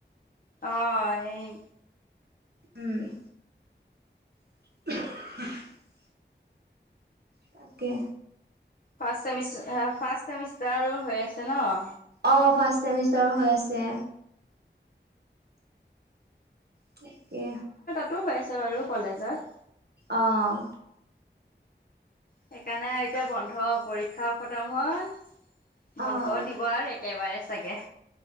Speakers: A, on the left; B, on the right.
A: অহঁ এই,
B: উম! <unintelligible> তাঁকে।
A: ফাৰ্ষ্ট চেমিষ্টাৰ, ফাৰ্ষ্ট চেমিষ্টাৰো হৈ আছে নহঁ?
B: অঁ, ফাৰ্ষ্ট ছেমিষ্টাৰো হৈ আছে। তাকে।
A: সেটো হৈ আছে বাৰু কলেজত
B: অহঁ।
A: সেইকাৰণে আৰু এতিয়া বন্ধ পৰীক্ষাও খতম হ'ল বন্ধও
B: অ'। অ',
A: দিব আৰু একেবাৰে চাগে,